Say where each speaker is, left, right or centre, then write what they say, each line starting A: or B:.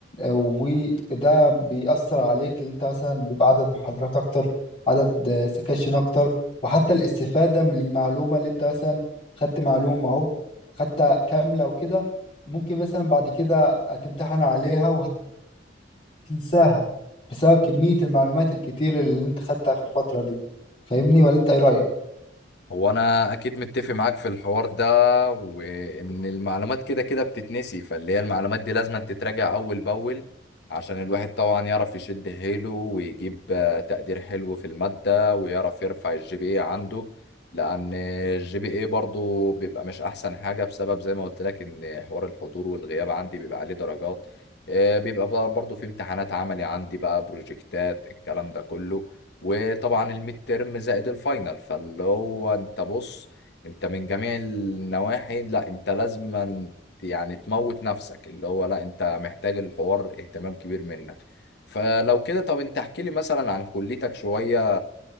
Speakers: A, on the left; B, on the left.
A: وده بيأثر عليك اللي انت مثلا بيبقى عدد محاضرات اكتر عدد آه، سكاشن اكتر وحتى الاستفادة من المعلومة اللي انت مثلا خدت معلومة اهو خدتها كاملة وكده ممكن مثلا بعد كده تمتحن عليها وهتنساها بسبب كمية المعلومات الكتير اللي انت خدتها في الفترة دي فاهمني ولا انت ايه رأيك؟
B: هو انا اكيد متفق معاك في الحوار ده وان المعلومات كده كده بتتنسي فاللي هي المعلومات دي لازم تتراجع اول باول عشان الواحد طبعا يعرف يشد حيله ويجيب آه، تقدير حلو في المادة ويعرف يرفع الجي بي اي عنده لان الجي بي اي برضو بيبقى مش احسن حاجة بسبب زي ما قلت لك ان حوار الحضور والغياب عندي بيبقى عليه درجات آه، بيبقى برضو في امتحانات عملي عندي بقى بروجكتات الكلام ده كله وطبعا الميد تيرم زائد الفاينل فاللي هو انت بص انت من جميع النواحي لا انت لازما يعني تموت نفسك اللي هو لا انت محتاج الحوار اهتمام كبير منك فلو كده طب انت احكي لي مثلا عن كليتك شوية